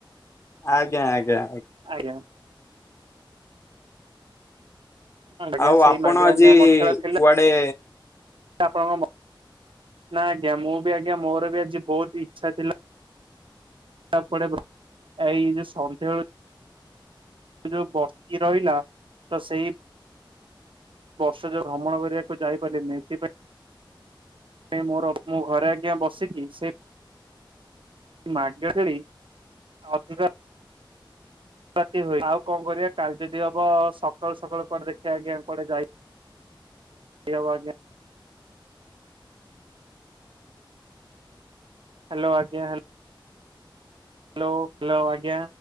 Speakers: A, on the left; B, on the right.
A: ଆଜ୍ଞା ଆଜ୍ଞା।
B: ଆଜ୍ଞା। ଆଜ୍ଞା
A: ଆଉ
B: ସେଇ
A: ଆପଣ
B: ମାଗଣା
A: ଆଜି
B: ମୋ ଖେଳ ଥିଲା
A: କୁଆଡେ
B: ଆପଣଙ୍କ ନା ଆଜ୍ଞା ମୁଁ ବି ଆଜ୍ଞା ମୋର ବି ଆଜି ବହୁତ ଇଚ୍ଛା ଥିଲା ତାପ ଏଇ ଯୋଉ ସନ୍ଧ୍ୟାବେଳୁ ଯୋଉ ବସି ରହିଲା ତ ସେଇ ବର୍ଷ ଯୋଉ ଭ୍ରମଣ କରିବାକୁ ଯାଇପାରିଲିନି ସେଥିପାଇଁ ସେ ମୋର ମୁଁ ଘରେ ଆଜ୍ଞା ବସିକି ସେ ମାଗଣାରେ ଅଧିକା ତି ହୁ ଆଉ କଣ କରିବା କାଲି ଯଦି ହବ ସକାଳୁ ସକାଳୁ କଆଡ ଦେଖିବା ଆଜ୍ଞା କଆଡେ ଯାଇ। ଇଏ ଆଉ ଆଜ୍ଞା। ହ୍ୟାଲୋ ଆଜ୍ଞା ହେ ହ୍ୟାଲୋ ହ୍ୟାଲୋ ଆଜ୍ଞା।